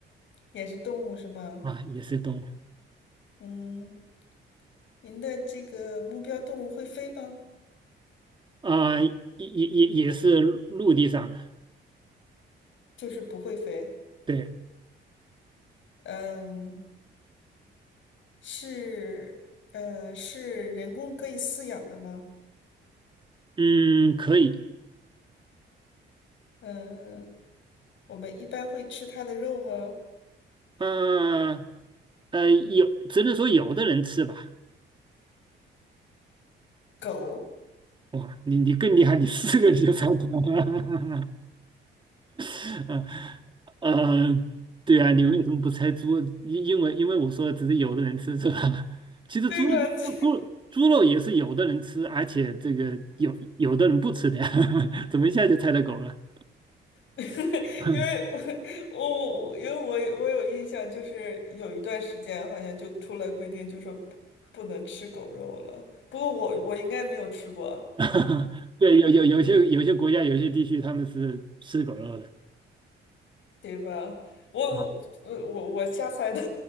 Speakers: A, on the left (about 70°); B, on the right (about 25°).
A: 也是动物是吗？
B: 啊，也是动物
A: 嗯，您的这个目标动物会飞吗？
B: 啊，也也也也是陆地上的，
A: 就是不会飞。
B: 对，
A: 嗯，是呃是人工可以饲养的吗？
B: 嗯，可以，
A: 嗯、我们一般会吃它的肉吗？
B: 嗯呃，有只能说有的人吃吧，
A: 狗，
B: 哇，你你更厉害，你四个你就猜到了，<laughs> 呃，对啊，你为什么不猜猪？因因为因为我说只是有的人吃是吧？<laughs> 其实猪猪猪猪肉也是有的人吃，
A: 对吧？这
B: 而且这个有有的人不吃的呀，<laughs> 怎么一下就猜到狗了？
A: <laughs>
B: <laughs>
A: 因为我我我因为我我有印象，就是有一段时间好像就出来规定，就说不不能吃狗肉了。不过我我应该没有吃过，
B: <laughs> 对，有有有些有些国家有些地区他们是吃狗肉的
A: 对吧？我我我我我瞎猜的，
B: 啊